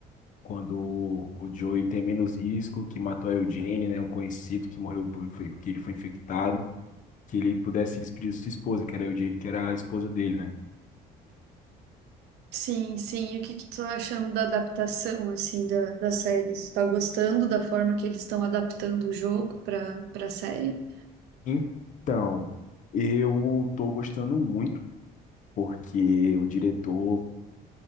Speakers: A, on the left (about 50°); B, on the right (about 80°).
A: quando o Joey tem menos risco, que matou a Eugene, né, um conhecido que morreu por, foi- que ele foi infectado, que ele pudesse se despedir de sua esposa, que era a Eugene, que era a esposa dele, né?
B: Sim, sim. E o que que tu tá achando da adaptação, assim, da, da série? Tu tá gostando da forma que eles estão adaptando o jogo para para série?
A: Então, eu tô gostando muito porque o diretor